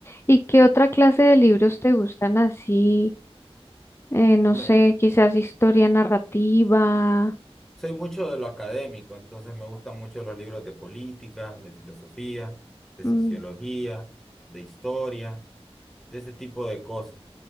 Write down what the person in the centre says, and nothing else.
¿no?
soy mucho de lo académico, entonces me gustan mucho los libros de política, de filosofía, de
sociología, de historia de ese tipo de cosas.